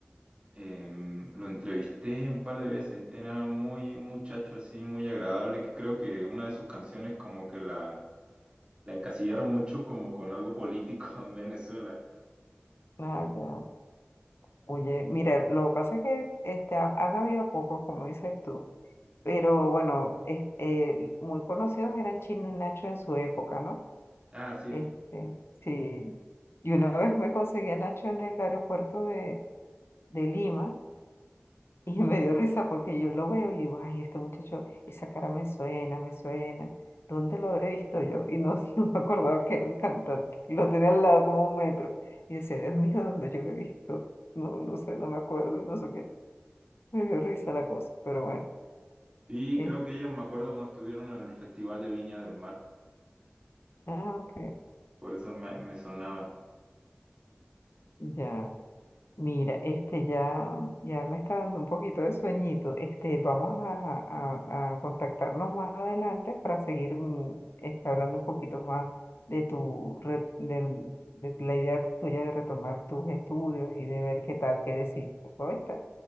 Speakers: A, on the right; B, on the left.
A: Em, lo entrevisté un par de veces, era muy un muchacho así, muy agradable, que creo que una de sus canciones como que la, la encasillaron mucho como con algo político <laughs> en Venezuela.
B: Ah, ya. Oye, mira, lo que pasa es que este, ha- han habido pocos, como dices tú. Pero bueno, es- eh, muy conocidos eran Chino y Nacho en su época, ¿no?
A: Ah, sí,
B: Este, sí. Y una vez me conseguí a Nacho en el aeropuerto de, de Lima <laughs> y me dio risa porque yo lo veo y digo, ay, este muchacho, esa cara me suena, me suena. ¿Dónde lo habré visto yo? Y no, <laughs> no me acordaba que era el cantante. Y lo tenía al lado como un metro. Y decía, Dios mío, ¿dónde yo lo he visto? No, no sé, no me acuerdo y no sé qué. Me dio risa la cosa, pero bueno.
A: sí,
B: es-
A: creo que ellos me acuerdo cuando estuvieron en el Festival de Viña del Mar,
B: ah, ok,
A: por eso me, me sonaban.
B: ya. Mira, este ya, ya me está dando un poquito de sueñito. Este, vamos a, a- a contactarnos más adelante para seguir mm, este, hablando un poquito más de tu re- del- de la idea tuya de retomar tus estudios y de ver qué tal, qué decidiste. ¿Oíste?